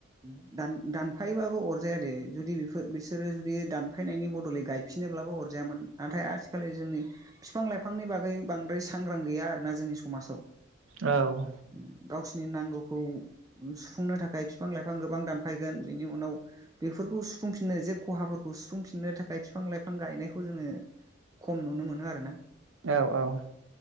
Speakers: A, on the right (about 15°); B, on the right (about 90°).
A: उम दान दानफायोबाबो अरजाया दे जुदि बिफोर बिसोरो जुदि दानफायनायनि बदलै गायफिनोब्लाबो अरजायामोन नाथाय आज खालि जोंनि बिफां लाइफांनि बागै बांद्राय सांग्रां गैया आरोना जोंनि समाजाव।
B: औ
A: उम गावसो नि नांगौखौ सुफुंनो थाखाय बिफां लाइफां गोबां दानफायगोन बेनि उनाव बेफोरखौ सुफुंफिननो जे खहाफोरखौ सुफुंफिननो थाखाय बिफां लाइफां गायनायखौ जोङो खम नुनो मोनो आरो ना।
B: औ औ।